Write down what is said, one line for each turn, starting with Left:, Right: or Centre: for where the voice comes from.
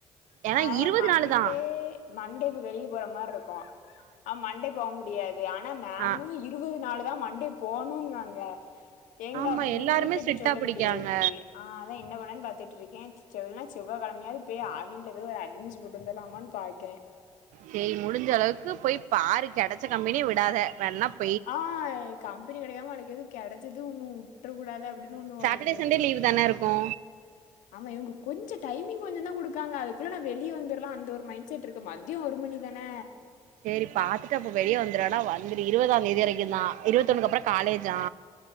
Right: ஏன்னா
Left: நா அதா
Right: இருவது
Left: மண்டே
Right: நாலு தான்
Left: மண்டே இப்ப வெளிய போற மார்ருக்கு ஆ மண்டே போக முடியாது ஆனா மேமு
Right: ஆ
Left: இர் இருவது நாலு தா மண்டே போனூங்காங்க எங்கப்
Right: ஆமா எல்லாருமே
Left: எங்க வீட்ல
Right: ஸ்ட்ரிக்டா
Left: இப்ப சொல்ல
Right: பிடிக்கிறாங்க
Left: முடியாது ஆ அதா என்ன பண்ணன் பாத்துட்ருக்கே சொன்னா செவ்வா கெழமையாது போய் ஆவின்ல போய் ஒரு அட்னன்ஸ் போட்டுவந்துர்லாமான் பாக்கே
Right: சேரி முடிஞ்ச அளவுக்கு போய் பாரு கெடைச்ச கம்பெனிய விடாத வேறென்னப்
Left: ஆனா கம்பெனி கெடைக்காம அன்னைக்கு இது கெடச்சது உன்னு உட்ற கூடாது அப்டினு ஒன்னு ஓடு
Right: டர்டே சண்டே லீவு தான இருக் ஆ
Left: ஆமா இவ்ங்க கொஞ்ச டைமிங் கொஞ்ச தா குடுக்காங்க அதுக்குள்ள நா வெளிய வந்துர்லா அந்த ஒரு மைண்ட் ச்சிட்டுருக்கு மத்யோ ஒரு மணிதான
Right: செரி பாத்துட்டு அப்ப வெளிய வந்துறாலா வந்துரு இருபதாந்தேதி வரைக்கு தா இருபத்தொண்ணுக்கு அப்றோ காலேஜா